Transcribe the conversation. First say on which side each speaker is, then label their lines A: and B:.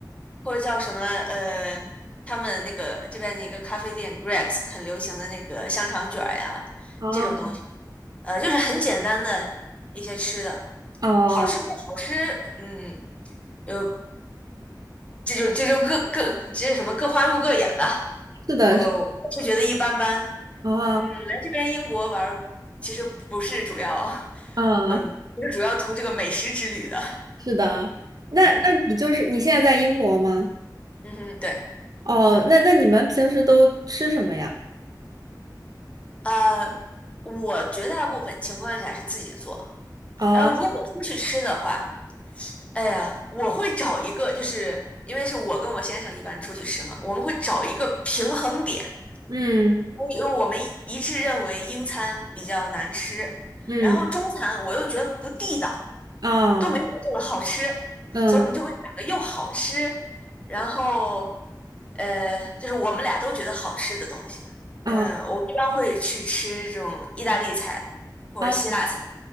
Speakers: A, on the left; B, on the right.
A: 或者叫什么呃，他们那个这边的一个咖啡店 Greg's 很流行的那个香肠卷儿呀，
B: 哦，
A: 这种东西，呃，就是很简单的一些吃的，
B: 哦，
A: 好吃不好吃，嗯，有这就这就各各这什么各花入各眼吧，
B: 是的，
A: 呃，
B: 是
A: 我是觉得一般般，
B: 哦，
A: 嗯，来这边英国玩儿其实不是主要，
B: 嗯。
A: <laughs> 不是主要图这个美食之旅的，
B: 是的啊，那那你就是你现在在英国吗？
A: 嗯嗯嗯哼，对，
B: 哦，那那你们平时都吃什么呀？
A: 呃，我绝大部分情况下是自己做。
B: 啊，
A: 然后如果出去吃的话，哎呀，我会找一个，就是因为是我跟我先生一般出去吃嘛，我们会找一个平衡点，
B: 嗯
A: 因为我们一致认为英餐比较难吃，
B: 嗯
A: 然后中餐我又觉得不地道，
B: 啊
A: 都没我做的好吃，
B: 嗯
A: 所以我们就会找个又好吃，然后呃，就是我们俩都觉得好吃的东西啊。
B: 啊
A: 嗯，我们一般会去吃这种意大利菜或者希腊。
B: 啊，
A: 菜。